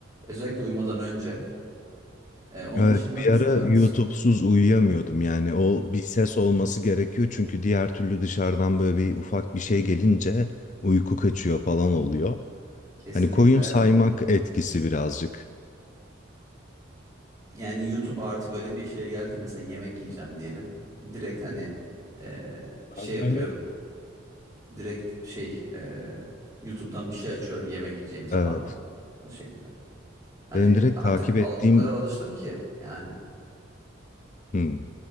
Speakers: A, on the right; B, on the left.
A: Özellikle uyumadan önce. E, onun
B: Evet,
A: dışında
B: bir
A: mesela
B: ara YouTube'suz
A: sp-
B: uyuyamıyordum.
A: Hı,
B: Yani o bir ses olması gerekiyor çünkü diğer türlü dışarıdan böyle bir ufak bir şey gelince uyku kaçıyor falan oluyor.
A: kesinlikle
B: Hani koyun
A: evet.
B: saymak etkisi birazcık.
A: Yani YouTube artık öyle bir şeye geldi ki mesela yemek yiyeceğim diyelim. Direkt hani e, şey
B: Bazı
A: yapıyorum.
B: ben de
A: Direkt şey e, YouTube'dan bir şey açıyorum yemek yiyeceğim zaman.
B: Evet,
A: O şekilde. Hani
B: benim direkt
A: artık
B: takip ettiğim...
A: al- o kadar alıştım ki yani.
B: Hmm.